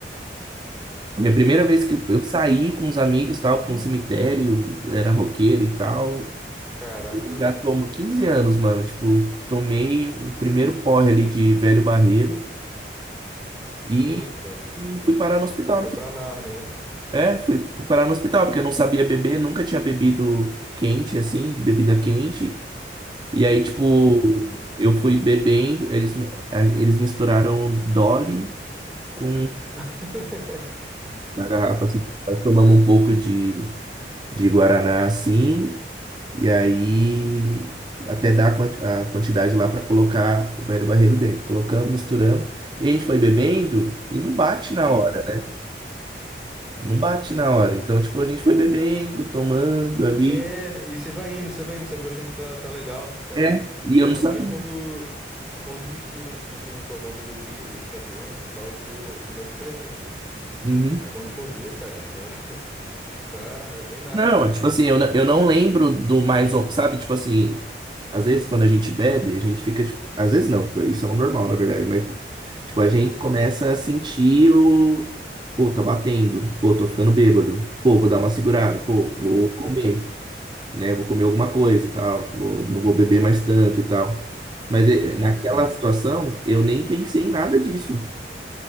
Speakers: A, on the right; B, in the centre.
A: A minha primeira vez que eu
B: E,
A: eu saí com os amigos, tal, para um cemitério, era roqueiro e tal.
B: caraca,
A: Eu
B: pode
A: Já
B: crer.
A: tomo 15 anos, mano. Tipo, tomei um primeiro porre ali de velho barreiro e,
B: Puta.
A: e fui parar no hospital.
B: Foi
A: No... final.
B: pra Nárnia, né?
A: É, fui, fui parar no hospital, porque eu não sabia beber, nunca tinha bebido quente, assim, bebida quente. E aí, tipo,
B: Sim, sim.
A: eu fui bebendo, eles, mi- a- eles misturaram Dolly com
B: <laughs>
A: na garrafa, assim. Nós tomamos um pouco de, de Guaraná, assim, E aí até dar a quanti- a quantidade lá para colocar o velho barreiro dentro. Colocamos, misturamos. E a gente foi bebendo e não bate na
B: Sim,
A: hora.
B: sim, sim.
A: Não bate na hora. Então, tipo, a gente foi bebendo, tomando ali.
B: É, e você vai indo, você vai indo, você vai achando que tá, tá legal, tá suave.
A: É. E
B: Ainda
A: eu não sabia.
B: mais quando quando mistura assim com, com alguma outra bebida e fica doce e tal, você, você vai se perdendo, pô.
A: Uhum.
B: Aí quando for ver, cara, já <laughs> já tá, já tá em Nárnia,
A: Não,
B: cara.
A: tipo assim, eu, n- eu não lembro do mais, um, sabe? Tipo assim, às vezes quando a gente bebe, a gente fica, tipo, às vezes não, tipo, isso é um normal, na verdade, mas, tipo,
B: Sim,
A: a gente
B: sim.
A: começa a sentir o, pô, tá batendo, pô, tô ficando bêbado, pô, vou dar uma segurada, pô, vou
B: Pode crer.
A: comer, né? Vou comer alguma coisa e tal, vou- não vou beber mais tanto e tal. Mas eh,
B: Sim,
A: naquela
B: sim.
A: situação, eu nem pensei em nada disso.